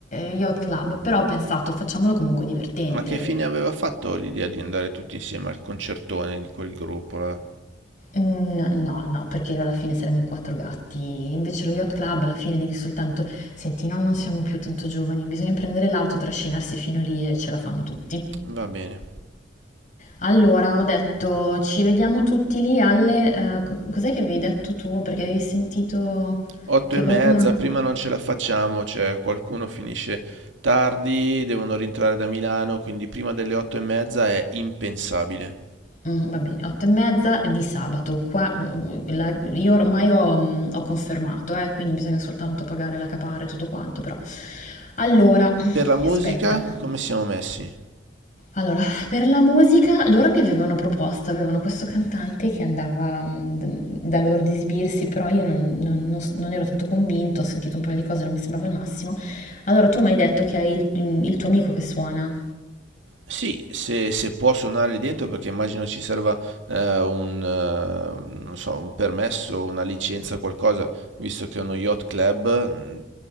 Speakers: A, on the left (about 40°); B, on the right (about 85°).
A: eh, yacht club, però ho pensato facciamolo comunque divertente.
B: Ma che fine aveva fatto l'idea di andare tutti insieme al concertone di quel gruppo là?
A: Mm, No, no, perché alla fine saremo in quattro gatti. Invece lo yacht club alla fine devi soltanto... Senti, no, non siamo più tanto giovani, bisogna prendere l'auto e trascinarsi fino lì e ce la fanno tutti.
B: Va bene.
A: Allora, ho detto, ci vediamo tutti lì alle... eh, cos'è che avevi detto tu? Perché avevi sentito
B: Otto
A: che
B: e mezza,
A: qualcuno...
B: prima non ce la facciamo, cioè qualcuno finisce tardi, devono rientrare da Milano, quindi prima delle otto e mezza è impensabile.
A: Mh, va bene, 8 e mezza di sabato. Qua, mhmm, la io ormai ho mhmm, ho confermato, eh, quindi bisogna soltanto pagare la capare e tutto quanto, però. Allora,
B: Per la musica,
A: aspetta.
B: come siamo messi?
A: Allora, per la musica loro mi avevano proposto, avevano questo cantante che andava, mhmm, d da loro ad esibirsi, però io non non non s non ero tanto convinta, ho sentito un paio di cose, non mi sembrava il massimo. Allora tu m'hai detto che hai il mhmm, il tuo amico che suona.
B: Sì, se, se può suonare lì dentro, perché immagino ci serva eh, un, eh, non so, un permesso, una licenza, qualcosa, visto che è uno yacht club, mh,